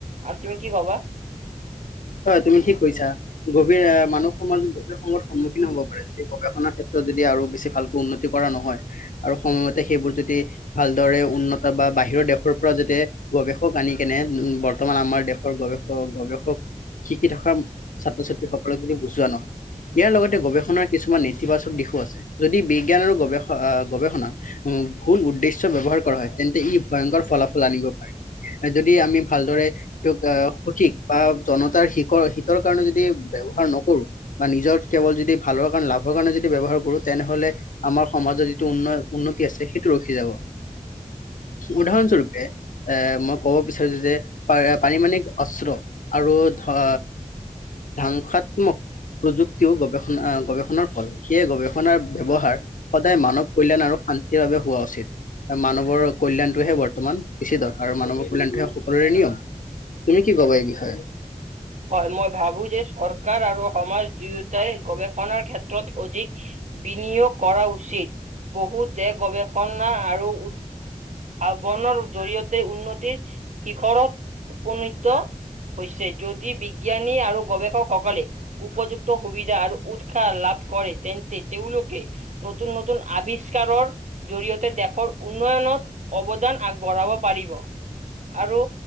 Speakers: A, on the right; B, on the left.
A: আৰু তুমি কি ভাবা।
B: হয়, তুমি ঠিক কৈছা। গভীৰ এ মানৱ সমাজত গভীৰ সংকত সন্মুখীন হ'ব পাৰে যদি গৱেষণাৰ ক্ষেত্ৰত যদি আৰু বেছি ভাল উন্নতি কৰা নহয় আৰু সময়মতে সেইবোৰ যদি ভালদৰে উন্নত বা বাহিৰৰ দেশৰ পৰা যাতে গৱেষক আনি কেনে বৰ্তমান আমাৰ দেশৰ গৱেষক গৱেষক শিকি থকা ছাত্ৰ-ছাত্ৰী সকলক যদি বুজোৱা ন, ইয়াৰ লগতে
A: উম।
B: গৱেষণাৰ কিছুমান নিতিবাচক দিশো আছে। যদি বিজ্ঞান আৰু গৱেষ অ গৱেষণাক উম ভুল উদ্দেশ্য ব্যৱহাৰ হয় তেন্তে ই ভয়ংকৰ ফলাফল আনিব পাৰে। যদি আমি ভালদৰে, এইটোক অ সঠিক বা জনত তাৰ সিকৰ-হিতৰ কাৰণে যদি ব্যৱহাৰ নকৰো বা নিজৰ কেৱল যদি ভালৰ কাৰণে, লাভৰ কাৰণে যদি ব্যৱহাৰ কৰোঁ তেনেহলে আমাৰ সমাজৰ যিটো উন্ন-উন্নতি আছে, সেইটো ৰখি যাব। উদাহৰণস্বৰূপে এ মই ক'ব বিচাৰো যে পা-পাৰিমাণিক অস্ত্ৰ আৰু ধ ধ্বাংসাত্মক প্ৰযুক্তিও গৱেষণা অ গৱেষণাৰ ফল। সেয়ে গৱেষণাৰ ব্যৱহাৰ সদায় মানৱ কল্যাণ আৰু শান্তিৰ বাবে হোৱা উচিত। মানৱৰ কল্যাণটোহে বৰ্তমান বেছি দৰকাৰ। মানৱৰ কল্যাণটোহে সকলোৰে নিয়ম। তুমি কি কবা এই বিষয়ে?
A: হয়, মই ভাবো যে চৰকাৰ আৰু সমাজ দুয়োটাই গৱেষণাৰ ক্ষেত্ৰত অধিক বিনিয়োগ কৰা উচিত। বহু দেশ গৱেষণা আৰু উ <unintelligible> জৰিয়তে উন্নতিৰ শিখৰত উপনীত হৈছে। যদি বিজ্ঞানী আৰু গৱেষকসকলে উপযুক্ত সুবিধা আৰু উৎ ক্ষা লাভ কৰে, তেন্তে তেওঁলোকে নতুন নতুন আৱিষ্কাৰৰ জৰিয়তে দেশৰ উন্নয়নত অৱদান আগবঢ়াব পাৰিব আৰু